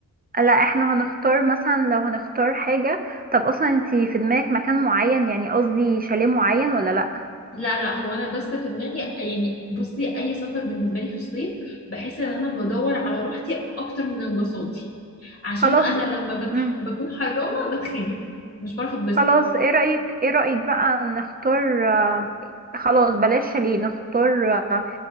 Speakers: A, on the right (about 25°); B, on the left (about 40°).
A: لا احنا هنختار مثلا لو هنختار حاجه طب اصلا انتي في دماغك مكان معين يعني قصدي شاليه معين ولا لا
B: <laughs> لا لا هو انا بس في دماغي يعني بصي اي سفر بالنسبه لي في الصيف بحس ان انا بدور على راحتي اكتر من انبساطي عشان
A: خلاص
B: انا لما بتح...
A: امم
B: بكون حرانه بتخنق مش بعرف اتبسط
A: خلاص ايه رايك ايه رايك بقى نختار آه، خلاص بلاش شاليه نختار آه،